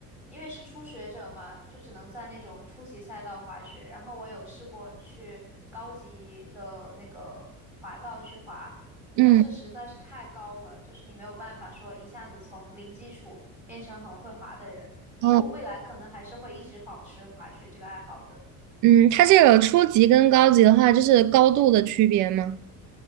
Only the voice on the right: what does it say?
嗯嗯，
哦嗯，它这个初级跟高级的话，就是高度的区别吗？